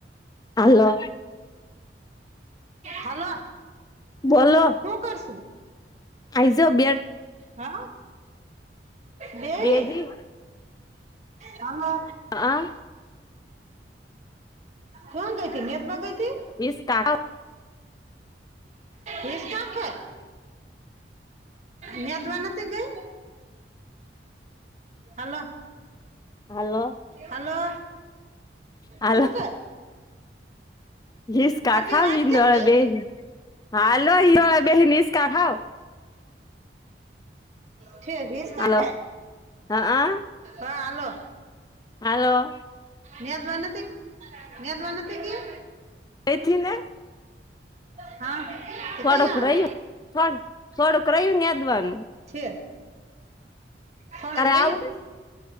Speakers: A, on the left; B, on the right.
A: હાલો.
B: હલો
A: બોલો
B: હું કરુશુ.
A: આઈજો બેટ
B: હા બેઈ
A: બેહી
B: હાલો.
A: હા
B: કોણ ગઈથી નેર માં ગઈ તી.
A: વીસ કાડો
B: વિસ સાથે. નેર મા નથી ગઈ. હલો.
A: હલો.
B: હલો
A: હાલો
B: શુ કર.
A: હિસ્કા
B: હરખી
A: ખાવી
B: વાત
A: નળે
B: કરની
A: બેહેન હાલો હિંડોળે બેહેન ઈસ્કા ખાવ
B: ઠે હિસકાઠે
A: હાલો
B: કે
A: હા
B: હા હાલો.
A: હાલો.
B: નેરમા નથી નેરમા નતી ગઈ.
A: એથી ને.
B: હા
A: થોડુંક
B: કઈયા આવે.
A: રહ્યું થોડ થોડુંક રહ્યું નેદવાનું
B: ઠે થોડુંક
A: તારે
B: રહયુ
A: આવું